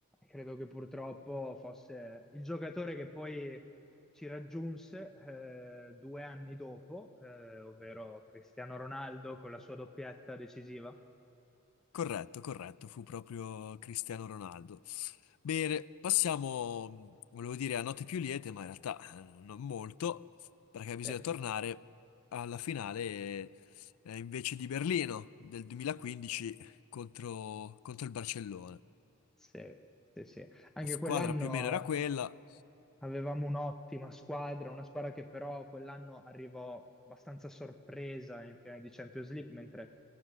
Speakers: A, in the centre; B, on the left (about 80°).
A: Credo che purtroppo fosse il giocatore che poi ci raggiunse eh, due anni dopo, eh, ovvero Cristiano Ronaldo con la sua doppietta decisiva.
B: Corretto, corretto, fu proprio Cristiano Ronaldo. Bene, passiamo, volevo dire, a note più liete, ma in realtà eh, non molto, perché bisogna
A: Eh,
B: tornare alla finale eh, eh, invece di Berlino del 2015 contro contro il Barcellona.
A: sì, sì, sì. Anche
B: La squadra
A: quell'anno.
B: più o meno era quella.
A: Avevamo un'ottima squadra, una squadra che però quell'anno arrivò abbastanza sorpresa in finale di Champions League, mentre